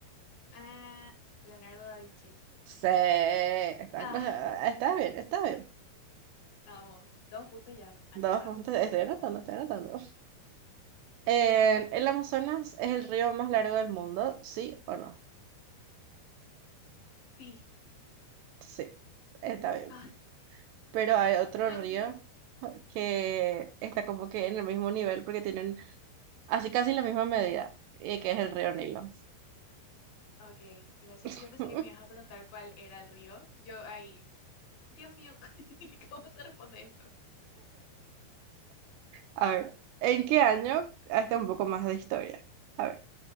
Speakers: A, on the left; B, on the right.
A: Ah, Leonardo da Vinci.
B: Sí, está,
A: Ah,
B: <laughs> está bien, está bien.
A: vamos. Dos puntos ya. Anota.
B: Dos puntos, estoy anotando, estoy anotando. Eh, ¿el Amazonas es el río más largo del mundo? ¿Sí o no?
A: Sí.
B: Sí, está bien.
A: Ay,
B: Pero hay otro
A: Dios
B: río
A: mío.
B: que está como que en el mismo nivel porque tienen así casi la misma medida, eh, que es el río Nilo.
A: Ok, gracias. Yo
B: <laughs>
A: pensé que me ibas a preguntar cuál era el río. Yo ahí. Dios mío, <laughs> ¿cómo se responde esto?
B: A ver, ¿en qué año? Ah, Está un poco más de historia. A ver.